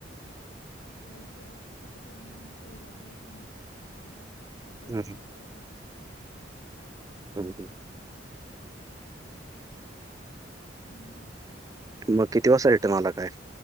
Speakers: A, on the left; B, on the right.
A: इकडच बाकीचं कुठं मं तुळजापूरला पण मुखदर्शनचं झालं. अक्कलकोटला
B: हं, हं.
A: तेव्हा झालं छान दर्शन.
B: हम्म
A: हं.
B: मग किती वाजता रिटर्न आला काय?